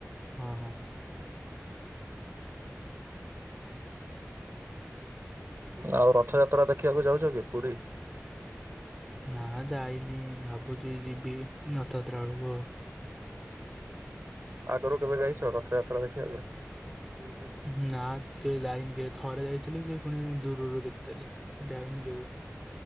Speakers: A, in the centre; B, on the right.
A: ହଁ ହଁ
B: ଆଉ ରଥଯାତ୍ରା ଦେଖିବାକୁ ଯାଉଛ କି ପୁରୀ?
A: ନା ଯାଇନି ଭାବୁଚି ଯିବି ନଥଯାତ୍ରା ବଳୁକୁ ଆଉ।
B: ଆଗରୁ କେବେ ଯାଇଛ ରଥଯାତ୍ରା ଦେଖିବାକୁ?
A: ଉହୁଁ ନା କେବେ ଯାଇନି କେବେ ଥରେ ଯାଇଥିଲି ସେ ଫୁଣି ଦୂରରୁ ଦେଖଥେଲି ଯାଇନି କେବେ।